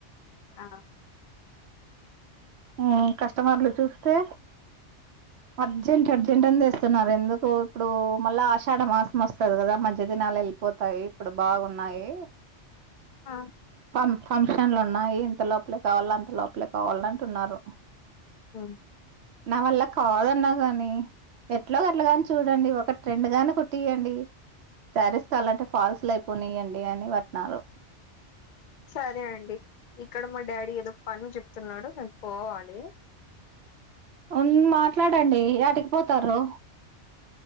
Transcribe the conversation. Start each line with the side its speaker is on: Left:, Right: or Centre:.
Left: ఆ
Right: ఆ కస్టమర్లు చూస్తే అర్జెంట్ అర్జెంట్ అనిేస్తున్నారు ఎందుకు ఇప్పుడు మళ్ళా ఆషాఢ మాసం వస్తుంది కదా మధ్య తినాలెళ్ పోతాయి ఇప్పుడు బాగున్నాయి
Left: ఆ
Right: ఫామ్ ఫంక్షన్లు ఉన్నాయి ఇంత లోపలే కావాల అంత లోపలే కావాల అంటున్నారు
Left: అవును
Right: నా వల్ల కాదన్నా గాని ఎట్ల గట్లాగాని చూడండి ఒక ట్రెండ్ గాని కొటీయధయడి శారీస్ కాాలంటే ఫాల్సెఎకువృనాయంండి అని పట్నన్నారు
Left: సరే అండి ఇక్కడ మా డాడీ ఏదో పని చెప్తున్నాడు నేను పోవాలి
Right: హ్మ్ మాట్లాడండి ఏటికిపోతారు